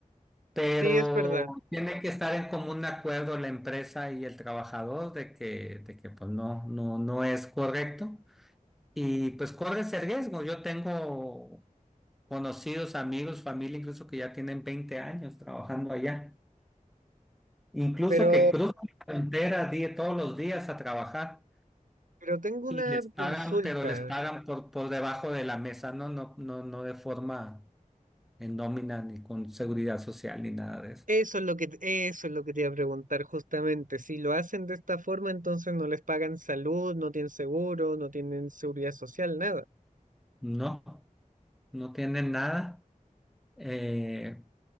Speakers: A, in the centre; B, on the right (about 70°).
A: pero
B: Sí, es verdad.
A: tiene que estar en común acuerdo la empresa y el trabajador de que, de que pues no, no, no es correcto. Y pues corres el riesgo. Yo tengo conocidos, amigos, familia, incluso que ya tienen 20 años trabajando allá, incluso
B: Pero,
A: que cruzan la frontera di- todos los días a trabajar
B: pero tengo
A: y
B: una
A: les pagan,
B: consulta.
A: pero les pagan por, por debajo de la mesa, no, no, no, no de forma en nómina ni con seguridad social ni nada de eso.
B: Eso es lo que, eso es lo que te iba a preguntar justamente. Si lo hacen de esta forma, entonces no les pagan salud, no tienen seguro, no tienen seguridad social, nada.
A: No, no tienen nada. Eh,